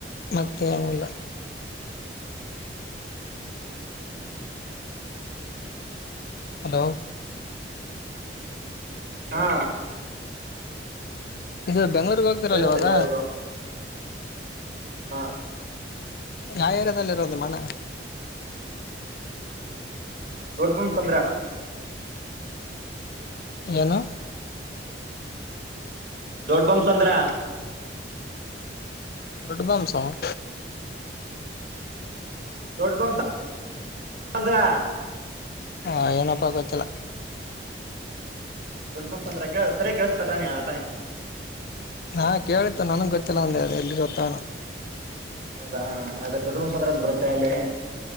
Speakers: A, on the left; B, on the right.
A: ಮತ್ತನಲ್ಲ
B: ಹೌದಾ
A: ಹಲೋ
B: ಹಾ
A: ಇದು ಬೆಂಗಳೂರು ಹೋಗ್ತೀರಲ್ಲ
B: ಕೇಳಿಸ್ತದೆ
A: ಇವಾಗ
B: ಹೇಳ್ ಬ್ರೋ ಹಾ
A: ಯಾವರದದಲ್ಲಿ ಇರೋದು ಮನ
B: ದೊಡ್ ಬೊಮ ಚಂದ್ರ
A: ಹೇನು
B: ದೊಡ್ ಬೊಮ್ಸಂದ್ರ
A: ದೊಡಬೊಂಬಸಂದ್ರ
B: ದೊಡ್ಡಬೊಂಬ್ಸಾಂದ್ರ
A: ಹಾ ಏನಪ್ಪಾ ಗೊತ್ತಿಲ್ಲ
B: ದೊಡ್ಡ ಬಂಸ ಅಂದ್ರ ಕೇಳ ಸರಿ ಕೇಳಿಸತಾರಾನ ಆತಾಯ
A: ಹಾ ಕೇಳತ್ತು ನನಗ್ ಗೊತ್ತಿಲ್ಲ ಒಂದೆ ಅ ಎಲ್ಲಿರೊತ್ತಣ
B: ಹೌದಾ ಅದೇ ದೊಡ್ಡ ಮುನ್ಸಂದ್ರ ಅಂತ ಬರುತ್ತೆ ಅಲ್ಲೇ